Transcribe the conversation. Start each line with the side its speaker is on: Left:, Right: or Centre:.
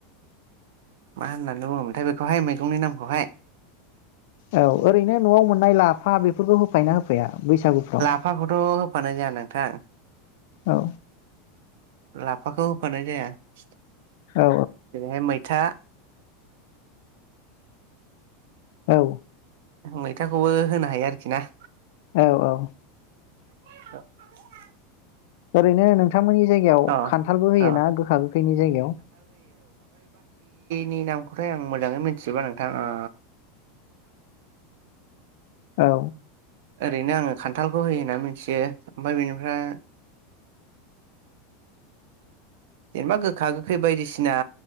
Right: मा होननानै बुङोमोनथाय बेखौहाय मैगंनि नामखौहाय
Left: औ ओरैनो न'आव मोननाय लाफा बेफोरखौ होफायोना होफाया? बैसागुफ्राव
Right: लाफाखौथ' होफानाय जाया नोंथां
Left: औ
Right: लाफ फाखौ होफानाय जाया। जेरैहाय
Left: औ
Right: मैथा
Left: औ।
Right: मैथाखौबो होनो हायो आरोखि ना।
Left: औ औ।
Right: <inaudible>
Left: ओरैनो नों थांमोननि जायगायाव
Right: अ
Left: खान्थालबो होयो
Right: औ
Left: ना गोखा गोखैनि जायगायाव?
Right: नि नामखौथाय आं मोजाङै मिथिजोबा नोंथां ओ
Left: औ।
Right: ओरैनो आङो खान्थालखौ होयो होनना मिथियो ओमफ्राय बेनिफ्राय जेनेबा गोखा गोखै बायदिसिना